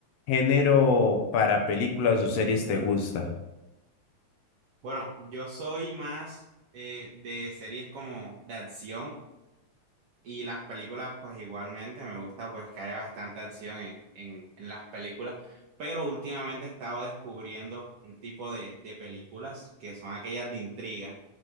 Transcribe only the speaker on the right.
Bueno, yo soy más eh, de series como de acción y las películas pues igualmente me gusta pues que haya bastante acción en, en, en las películas. Pero últimamente he estado descubriendo un tipo de, de películas que son aquellas de intriga